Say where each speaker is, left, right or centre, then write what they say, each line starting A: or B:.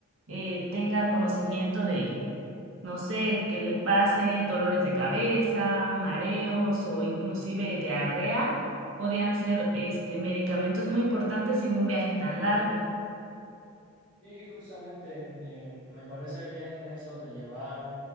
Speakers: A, on the right (about 70°); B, on the right (about 20°).
A: eh, tenga conocimiento no sé, que le pase dolores de cabeza, mareos o inclusive diarrea, podían ser este, medicamentos muy importantes en un viaje tan largo.
B: Y justamente eh, me parece bien eso de llevar